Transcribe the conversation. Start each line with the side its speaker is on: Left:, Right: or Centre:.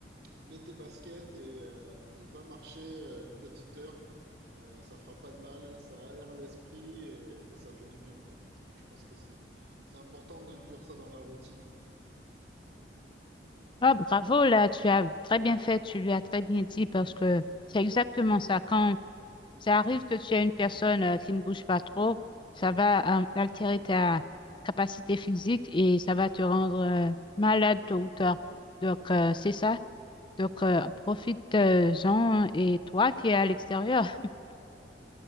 Right: mets tes baskets et, euh, et va marcher euh, une petite heure. Euh, ça fera pas de mal, ça aère l'esprit et, et ça fait du bien, quoi. Donc je pense que c'est c'est important d'inclure ça dans la routine.
Left: Ah, bravo, là, tu as très bien fait, tu lui as très bien dit parce que c'est exactement ça. quand Ça arrive que tu aies une personne euh, qui ne bouge pas trop, ça va euh, altérer ta capacité physique et ça va te rendre euh, malade tôt ou tard. Donc, euh, c'est ça. Donc, euh, profite-en et toi qui es à l'extérieur. <laughs>